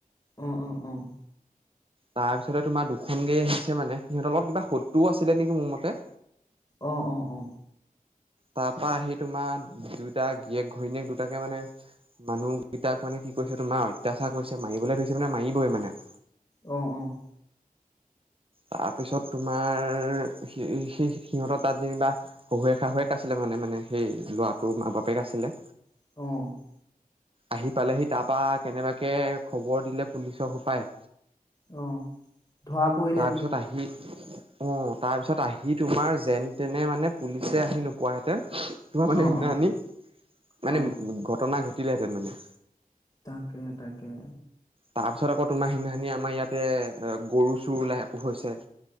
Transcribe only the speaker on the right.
তাপিছতে তোমাৰ দুখন গাড়ী আহিছে মানে, সিহঁতৰ লগত কিবা শত্ৰুও আছিলে নেকি মোৰ মতে।
তাৰপা আহি তোমাৰ দুইটা গিয়েক ঘৈণীয়েক দুটাকে মানে মানুহকেইটাক মানে কি কৰিছে তোমাৰ অত্যাচাৰ কৰিছে মাৰিবলৈ ধৰিছে মানে মাৰিবই মানে।
তাৰপিছত তোমাৰ সে-সেই-সিহঁতৰ তাত যেনিবা শহুৱেক শাহুৱেক আছিলে মানে মানে সেই ল'ৰাটো মাঁক বাপেক আছিলে।
আহি পালেহি তাৰাপা কেনেবাকে খবৰ দিলে পুলিচক হ'বপায়।
তাৰপিছত আহি অ' তাৰপিছত আহি তোমাৰ যেন তেনে মানে পুলিচে আহি নোকোৱা হেঁতেন মই মানে
সাদিনাখনেই
মানে
ঘটনা ঘটিলে হেঁতেন মানে।
তাৰ পিছত আকৌ তোমাৰ সেইদিনা‌ খনি আমাৰ ইয়াতেই গৰু চোৰ ওলাই হৈছে।